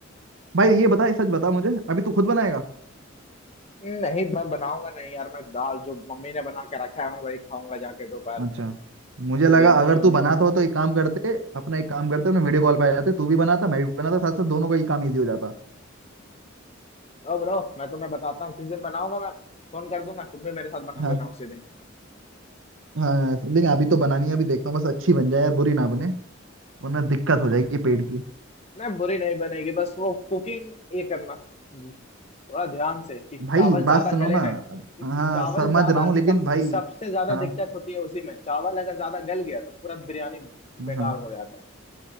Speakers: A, on the right; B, on the left.
A: भाई ये बता सच बता मुझे अभी तू खुद बनाएगा
B: नहीं मैं बनाऊंगा नहीं यार मैं दाल जो मम्मी ने बना के रखा है मैं वही खाऊंगा जाके दोपहर
A: अच्छा
B: में
A: मुझे लगा
B: बिरयानी
A: अगर
B: अभी
A: तू बनाता हो तो एक काम करते अपना एक काम करते अपने वीडियो कॉल पे आ जाते तू भी बनाता मैं भी बनाता साथ साथ दोनों का ही काम इजी हो जाता
B: ओ ब्रो मैं तुम्हें बताता हूँ किस दिन बनाऊंगा मैं फोन कर दूंगा तुम भी मेरे साथ बना
A: हाँ
B: लेना उसी दिन
A: हाँ लेकिन अभी तो बनानी है अभी देखता हूँ बस अच्छी बन जाए यार बुरी ना बने वरना दिक्कत हो जाएगी पेट की
B: नहीं बुरी नहीं बनेगी बस वो कुकिंग ये करना थोड़ा ध्यान से कि
A: भाई
B: चावल
A: बात
B: ज्यादा
A: सुनो
B: गले
A: ना
B: ना क्योंकि
A: हाँ
B: चावल
A: समझ
B: ज्यादा
A: रहा हूँ लेकिन
B: सब
A: भाई
B: सबसे ज्यादा
A: हाँ
B: दिक्कत होती है उसी में चावल अगर ज्यादा गल गया तो पूरा बिरयानी बेकार
A: हाँ
B: हो जाता है